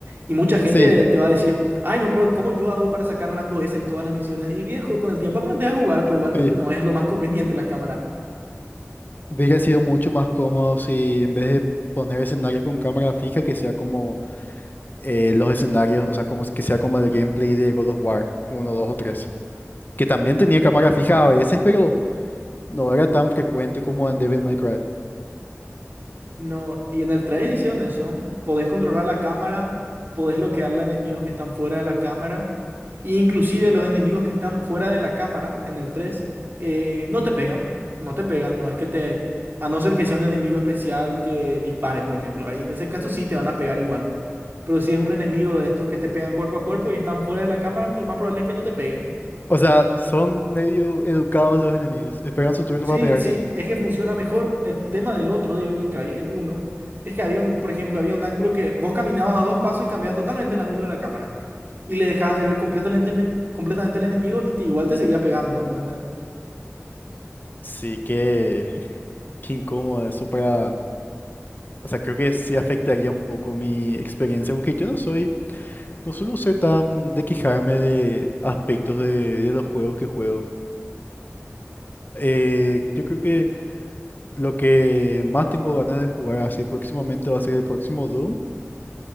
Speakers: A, on the right (about 50°); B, on the left (about 40°).
A: Y mucha gente
B: Sí,
A: te va a decir, ay no, pero ¿cómo yo hago para sacar rango S en todas las misiones? Y viejo, con el tiempo aprendes a jugar, pero igualmente
B: sí.
A: no es lo más conveniente la cámara.
B: Hubiera sido mucho más cómodo si en vez de poner escenarios con cámara fija, que sea como eh, los escenarios, o sea, como es que sea como el gameplay de God of War uno, 2 o 3, que también tenía cámara fija a veces, pero no era tan frecuente como en Devil May Cry.
A: No, y en el 3 hicieron eso. Podés controlar la cámara, podés bloquear a enemigos que están fuera de la cámara. E inclusive los enemigos que están fuera de la cámara en el 3 eh, no te pegan. No te pegan, no es que te... A no ser que sea un enemigo especial que dispare, por ejemplo. Ahí en ese caso sí te van a pegar igual. Pero si es un enemigo de estos que te pegan cuerpo a cuerpo y están fuera de la cámara, lo más probable es que no te peguen.
B: O sea, son medio educados los enemigos, esperan su turno
A: Sí,
B: para pegarte.
A: sí, es que funciona mejor. El tema del otro, de Devil May Cry, el uno es que había un, por ejemplo, había un ángulo que vos caminabas a dos pasos y cambiaba totalmente el ángulo de la cámara. Y le dejabas de ver completamente, men- completamente al enemigo y te igual te seguía pegando, ¿entendés?
B: Sí, que qué incómodo eso para... O sea, creo que sí afectaría un poco mi experiencia, aunque yo no soy, no suelo ser tan de quejarme de aspectos de, de los juegos que juego. Eh, yo creo que Lo que más tengo ganas de jugar así próximamente va a ser el próximo Doom.